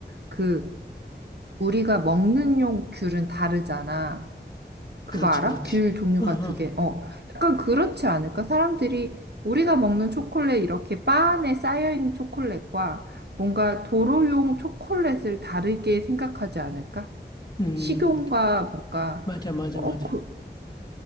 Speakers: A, on the right; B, on the left.
A: 그 우리가 먹는 용 귤은 다르잖아. 그거
B: 그렇지,
A: 알아?
B: 그렇지.
A: 귤 종류가
B: 어, 어.
A: 두 개. 어, 약간 그렇지 않을까? 사람들이 우리가 먹는 초콜릿 이렇게 바 안에 쌓여있는 초콜릿과 뭔가 도로용 초콜릿을 다르게 생각하지 않을까?
B: 음,
A: 식용과 뭔가,
B: 맞아, 맞아,
A: 어,
B: 맞아.
A: 그,